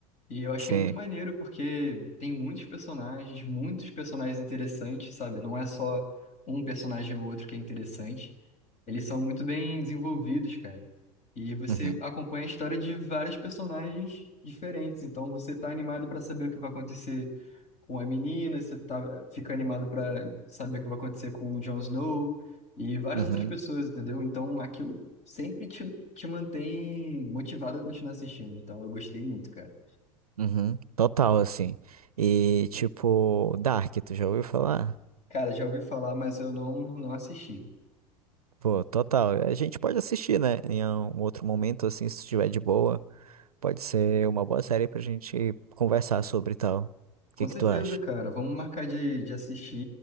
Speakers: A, on the left; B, on the right.
A: E eu achei
B: Sim.
A: muito maneiro, porque tem muitos personagens, muitos personagens interessantes, sabe? Não é só um personagem ou outro que é interessante. Eles são muito bem desenvolvidos, cara. E você
B: Uhum,
A: acompanha a história de vários personagens diferentes. Então você tá animado para saber o que vai acontecer com a menina, você tá, fica animado para saber o que vai acontecer com o Jon Snow e várias
B: uhum,
A: outras pessoas, entendeu? Então aquilo sempre te, te mantém motivado a continuar assistindo. Então eu gostei muito, cara.
B: uhum. Total, assim. E, tipo, Dark, tu já ouviu falar?
A: Cara, já ouvi falar, mas eu não, não assisti.
B: Pô, total. A gente pode assistir, né? Em um outro momento, assim, se estiver de boa. Pode ser uma boa série pra gente conversar sobre e tal. O
A: Com
B: que
A: certeza,
B: que tu acha?
A: cara. Vamos marcar de, de assistir